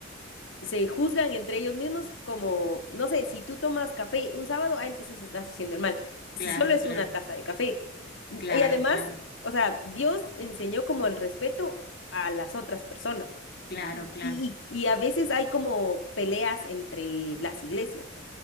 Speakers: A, on the left; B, on the left.
A: se juzgan entre ellos mismos como, no sé, si tú tomas café un sábado, ah, entonces estás haciendo el mal. Si
B: Claro,
A: solo es
B: claro.
A: una taza de café. N-
B: Claro,
A: Y además,
B: claro.
A: o sea, Dios enseñó como el respeto a las otras personas.
B: Claro,
A: Y,
B: claro.
A: y- y a veces hay como peleas entre las iglesias.